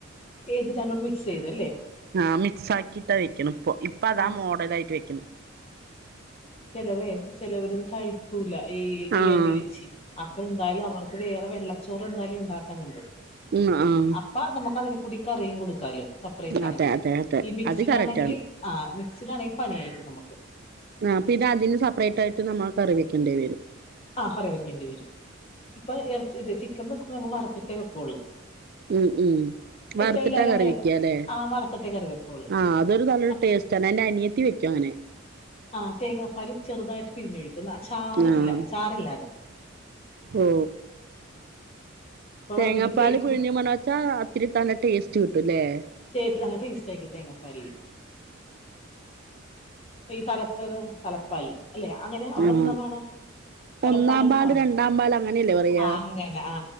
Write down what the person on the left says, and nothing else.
ഏത് രണ്ടും മിക്സ് ചെയ്തല്ലേ
ആ
തെ ചെലവര് കഴിക്കൂല ഈ
ഈ അരി വെച്ചി അപ്പ എന്തായാലും അവ അപ്പോ വേറെ വെള്ളച്ചോറ് എന്തായാലും ഉണ്ടാക്കണണ്ട്
അപ്പ നമുക്ക് അതിന് കൂടിക്കറിയും കൊടുക്കാലോ സെപ്പറേറ്റ് ആണെങ്കിൽ
ഈ മിക്സിഡ്
ആണെങ്കിൽ ആ <unintelligible> പണിയായ്ക്കും നമ്മക്ക്
ആ കറി വെക്കേണ്ടി വരും ഇപ്പൊ ഇറച്ചി ചിക്കൻ വെക്കുമ്പോ ഞങ്ങൾ വറുത്തിട്ടേ വെക്കുള്ളൂ
ഇപ്പൊ എല്ലാരും
അങ്ങനെ
ആ വറുത്തിട്ടേ കറി വെക്കുള്ളൂ
അപ്പൊ
ആ തേങ്ങ പാലും ചെറുതായിട്ട് പിഴിഞ്ഞൊഴിക്കുന്നു ആ ചാറില്ല
ചാറില്ലാതെ
ഇപ്പൊ
വൈകിട്ട് കേക്കും
<unintelligible> അങ്ങനെ ടേസ്റ്റായിരിക്കും തേങ്ങപാല് ഈ തലപ്പ് തലപ്പാല് അല്ലെ അങ്ങനെ അവിടെന്തന്നാ
പറയണ് തലപ്പാല്
എന്നാണോ
പറയണെ
ആ അങ്ങനെ ആ